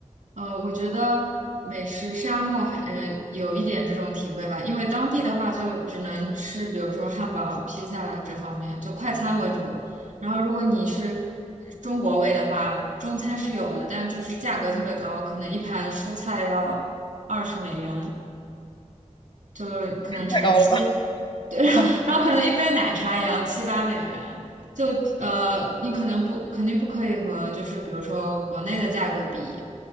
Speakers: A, on the right; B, on the left.
A: 呃，我觉得美食沙漠还呃有一点这种体会吧，因为当地的话就只能吃，比如说汉堡、披萨这方面，就快餐为主。然后如果你是中国胃的话，中餐是有的，但就是价格特别高，可能一盘蔬菜要二十美元，就可能乘七。
B: 太高了吧？<laughs> 哦，
A: 然后可能一杯奶茶也要七八美元，就呃，你可能不肯定不可以和就是比如说国内的价格比，